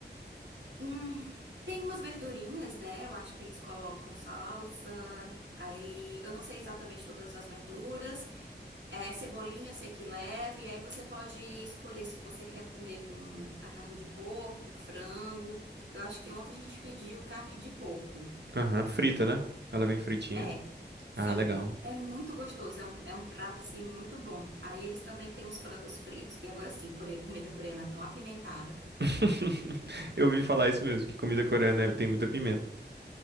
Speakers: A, on the right; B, on the right.
A: Hum, tem umas verdurinhas, né? Eu acho que eles colocam salsa. Aí, eu não sei exatamente todas as verduras. É, cebolinha eu sei que leva. E aí você pode escolher se você quer comer com a carne de porco, frango. Eu acho que ontem a gente pediu carne de porco.
B: Aham, frita, né? Ela vem fritinha.
A: É, sim,
B: Ah, legal.
A: é muito gostoso, é um, é um prato assim muito bom. Aí eles também têm os frangos fritos, e agora sim, core- comida coreana tão apimentada.
B: <laughs> Eu ouvi falar isso mesmo, que comida coreana é, tem muita pimenta.